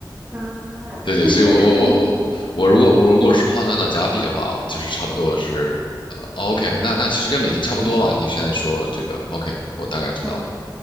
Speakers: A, on the right; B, on the left.
A: 啊，
B: 对对，
A: <laughs> 那那可能。
B: 所以我我我我我如果我如果是换算到加币的话，
A: <laughs>
B: 就是差不多是，呃，OK，那那其实跟美金差不多嘛。你现在说这个，OK，我大概知道
A: 对。